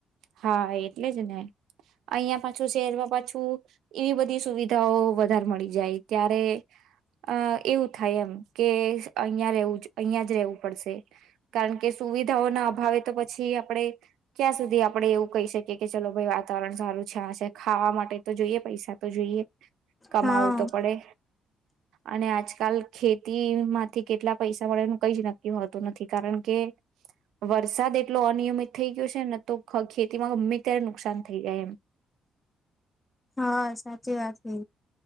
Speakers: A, on the right; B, on the left.
A: હા એટલે જ ને અહિયાં પાછું શહેરમાં પાછું, એવી બધી સુવિધાઓ વધારે મળી જાય. ત્યારે અ એવું થાય એમ કે અહં રવું અહિયાં જ રેવું પડશે. કારણ કે સુવિધાઓના અભાવે તો પછી આપડે, ક્યાં સુધી આપ આપડે એવું કહી શકીએ કે ચલો ભાઈ વાતાવરણ સારું છે છે ખાવા માટે તો જોઈએ પૈસા તો જોઈએ. કમાવું
B: હા
A: તો પડે. અને આજકાલ ખેતીમાંથી કેટલા પૈસા મળેનું કઈ જ નક્કી હોતું નથી કારણ કે, વરસાદ એટલો અનિયમિત થઈ ગયો છે ને તો ખેતીમાં ગમે ત્યારે નુકસાન થઈ ગાય એમ.
B: હા સાચી વાત કહિ